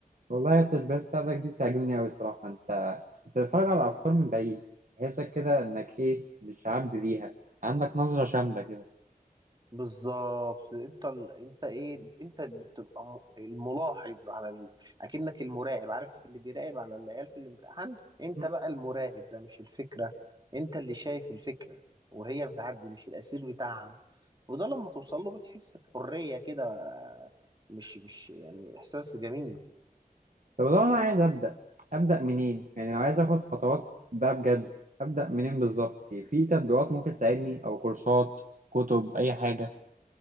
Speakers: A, on the right; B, on the right.
A: والله التشبيهات بتاعتك دي بتعجبني قوي الصراحه انت بتتفرج على الافكار من بعيد تحسك كده انك ايه مش عبد ليها عندك نظره شامله كده
B: بالظبط انت ال... انت ايه انت اللي بتبقى م- الملاحظ على ال... اكنك المراقب عارف اللي بيراقب على العيال في الامتحان انت
A: مم.
B: بقى المراقب ده مش الفكرة انت اللي شايف الفكرة وهي بتعدي مش الاسير بتاعها وده لما توصل له بتحس بحرية كده مش مش يعني احساس جميل
A: طب لو انا عايز ابدا ابدا منين يعني لو عايز اخد خطوات بقى بجد ابدا منين بالظبط في تطبيقات ممكن تساعدني او كورسات كتب اي حاجه